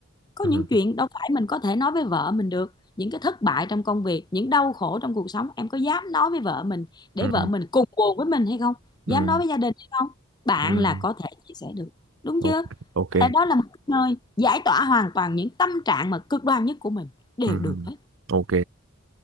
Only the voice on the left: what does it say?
có
những chuyện đâu phải mình có thể nói với vợ mình được những cái thất bại trong công việc những đau khổ trong cuộc sống em có dám nói với vợ mình để
vợ mình cùng buồn với mình hay không
dám nói với gia đình hay không bạn
là có thể chia sẻ được đúng
chưa
có thể đó là một cái nơi giải tỏa hoàn toàn những tâm trạng mà cực đoan nhất của mình đều
được hết